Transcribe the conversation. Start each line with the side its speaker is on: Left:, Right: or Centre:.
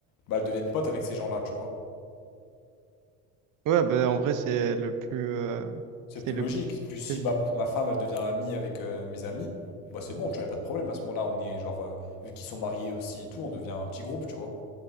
Left: bah, elle devienne pote avec ces gens-là, tu vois.
Right: Ouais, bah, en vrai, c'est le plus. euh,
Left: C'est
Right: c'est
Left: plus
Right: le.
Left: logique. Puis si
Right: c'est-
Left: ma, ma femme, elle devient amie avec euh, mes amis, bah c'est bon, tu n'avais pas de problème. À ce moment-là, on est genre, euh, vu qu'ils sont mariés aussi et tout, on devient un petit groupe, tu vois.